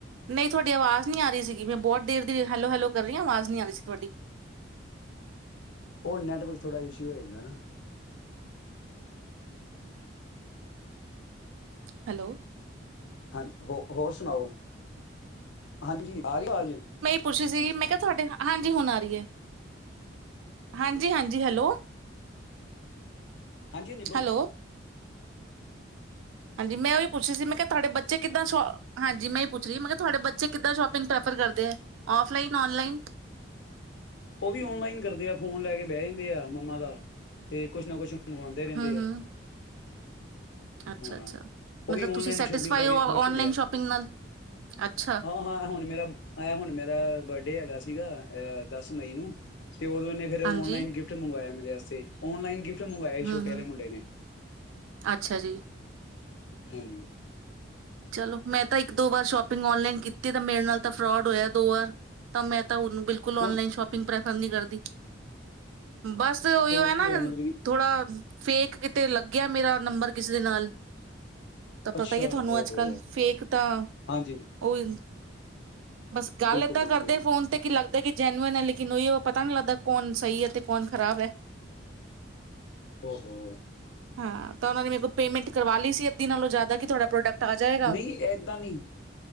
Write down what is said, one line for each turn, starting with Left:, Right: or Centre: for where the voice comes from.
Right: ਨਹੀਂ ਤੋਡੀ ਆਵਾਜ਼ ਨੀ ਆ ਰੀ ਸੀਗੀ ਮੈਂ ਬੌਤ ਦੇਰ ਦੀ ਹੈਲੋ ਹੈਲੋ ਕਰ ਰੀ ਆਂ, ਆਵਾਜ਼ ਨੀ ਆ ਰੀ ਸੀ ਤੁਹਾਡੀ।
Left: ਔ ਨੈੱਟਵਰਕ ਥੋੜ੍ਹਾ ਇਸ਼ੂ ਹੋ ਜਾਂਦੈ ਨਾ।
Right: ਹੈਲੋ।
Left: ਹਾਂਜ, ਹੋ-ਹੋਰ ਸੁਣਾਓ? ਹਾਂਜੀ। ਆਰੀ ਅਵਾਜ?
Right: ਪੁੱਛਰੀ ਸੀਗੀ ਮੈਂ ਕਿਆ ਤੁਹੈਡੇ, ਹਾਂਜੀ ਹੁਣ ਆ ਰੀ ਏ। ਹਾਂਜੀ ਹਾਂਜੀ, ਹੈਲੋ।
Left: ਹਾਂਜੀ ਨਿਬੋ
Right: ਹੈਲੋ ਹਾਂਜੀ ਮੈਂ ਔਈਔ ਪੁੱਛਰੀ ਸੀ, ਮੈਂ ਕਿਆ ਤੁਹਾਡੇ ਬੱਚੇ ਕਿਦਾਂ ਸੋ਼ ਹਾਂਜੀ ਮੈਂ ਈ ਪੁੱਛ ਰੀ ਤੁਹਾਡੇ ਬੱਚੇ ਕਿੱਦਾਂ ਸ਼ੋਪਿੰਗ ਪ੍ਰੈਫਰ ਕਰਦੇ ਐ, ਔਫਲਾਈ ਔਨਲਾਈਨ।
Left: ਔਵੀ ਔਨਲਾਈਨ ਕਰਦੇ ਆ ਫੋਨ ਲੈ ਕੇ ਬੈ ਜਾਂਦੇ ਆ ਮੰਮਾ ਦਾ, ਤੇ ਕੁਛ ਨਾ ਕੁਛ ਮੰਗਾਂਦੇ ਰੈੰਦੇ
Right: ਹੂੰ ਹੂੰ
Left: ਆ।
Right: ਅੱਛਾ
Left: ਹਾਂ,
Right: ਅੱਛਾ
Left: ਔ
Right: ਮਤਲਬ
Left: ਵੀ ਔਨਲਾਈਨ
Right: ਤੁਸੀਂ ਸੈਟਿਸਫਾਈ
Left: ਸ਼ੋਪਿੰਗ ਕਰਕੇ
Right: ਹੋ
Left: ਖੁਸ਼
Right: ਔਨਲਾਈਨ
Left: ਹੋਗੇ ਐ,
Right: ਸ਼ੋਪਿੰਗ ਨਾਲ ਅੱਛਾ
Left: ਹਾਂ ਹਾਂ, ਹੁਣ ਮੇਰਾ ਆ ਹੁਣ ਮੇਰਾ ਬਰਡੇ ਹੈਗਾ ਸੀ। ਸੀਗਾ ਅਹ ਦਸ ਮਈ ਨੂੰ ਤੇ ਉਦੋਂ ਨੇ ਫਿਰ
Right: ਹਾਂਜੀ
Left: ਨਲਾਈਨ ਗਿਫਟ ਮੰਗਵਾਇਆ ਮ ਨਲਾਈਨ ਗਿ ਮੰਗਵਾਏ
Right: ਹੂੰ
Left: ਛੋਟੇ
Right: ਹੂੰ
Left: ਵਾਲੇ ਮੁੰਡੇ ਨੇ
Right: ਅੱਛਾ ਜੀ
Left: ਹਾਂਜੀ
Right: ਚਲੋ ਮੈਂ ਤਾਂ ਇੱਕ ਦੋ ਵਾਰ ਸ਼ੋਪਿੰਗ ਨਲਾਈਨ ਕੀਤੀ ਤਾਂ ਮੇਰੇ ਨਾਲ ਤਾਂ ਫਰੋਡ ਹੋਇਆ ਦੋ ਵਾਰ ਤਾਂ ਮੈਂ ਤਾਂ ਉਹਨੂੰ ਬਿਲਕੁਲ
Left: ਕਿਉਂ
Right: ਔਨਲਾਈਨ ਸ਼ੋਪੰਪਿੰਗ ਪ੍ਰ ਪਸੰਦ ਨ ਕਰਦੀ ਬਸ ਓਹੀਓ
Left: ਫਰੋਡ
Right: ਹੈ ਨਾ
Left: ਕੀ ਮਤਲਬ ਕਿ
Right: ਥੋੜਾ ਫੇਕ ਕਿਤੇ ਲੱਗਿਆ ਮੇਰਾ ਨੰਬਰ ਕਿਸੇ ਦੇ ਨਾਲ ਤਾਂ ਪਤਾ
Left: ਅੱਛਾ
Right: ਹੀ ਤੁਹਾਨੂੰ
Left: ਓਹੋ
Right: ਅੱਜ ਕੱਲ ਫੇਕ ਤਾਂ
Left: ਹਾਂਜੀ
Right: ਉਹਹੀ ਬਸ ਗੱਲ
Left: ਬਿਲਕੁਲ
Right: ਏਦਾਂ
Left: ਬਿਲਕੁਲ
Right: ਕਰਦੇ ਫੋਨ ਤੇ ਕੀ ਲੱਗਦਾ ਕਿ ਜੈਨੂਨ ਹੈ ਲੇਕਿਨ ਉਹੀ ਉਹ ਪਤਾ ਨਹੀਂ ਲੱਗਦਾ ਕੌਣ ਸਹੀ ਹੈ ਤੇ ਕੌਣ ਖ਼ਰਾਬ ਹੈ।
Left: ਹੋ- ਹੋ
Right: ਹਾਂ ਤਾਂ ਉਹਨਾਂ ਨੇ ਮੇਰੇ ਕੋ ਪੇਮੈਂਟ ਕਰਵਾ ਲਈ ਸੀ ਅੱਧੀ ਨਾਲੋਂ ਜ਼ਿਆਦਾ ਕਿ ਤੁਹਾਡਾ ਪ੍ਰੋਡਕਟ ਆ ਜਾਏਗਾ
Left: ਨਹੀਂ ਏਦਾਂ ਨਹੀਂ,